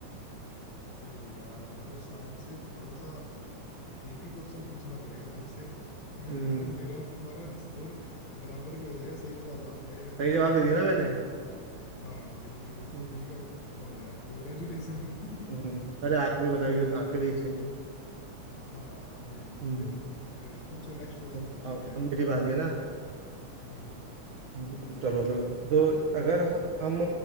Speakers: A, on the left (about 60°); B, on the right (about 70°).
A: अरे यार मेरे को शायद से थोड़ा सा ट्रिकी क्वेश्चन पूछना पड़ेगा फिर से <laughs> ऐसे
B: हम्म
A: तो मेरा और तुम्हारा स्कोर बराबर भी हो जाएगा सही जवाब आपका है
B: सही
A: वैसे
B: जवाब दे दिया ना मैंने
A: हाँ बिल्कुल बिल्कुल
B: हम्म,
A: ठीक है जवाब है यार कॉन्ग्रेचुलेशन
B: हम्म,
A: <laughs>
B: अरे आपको भी बताइए तो आपके भी एक सही है
A: हाँ अभी
B: हम्म
A: फिर अ, पूछो नेक्स्ट क्वेश्चन
B: अब
A: पूछो
B: अब
A: क्या है
B: अब मेरी बारी है ना
A: हम्म
B: हम्म, चलो तो तो अगर ह- हम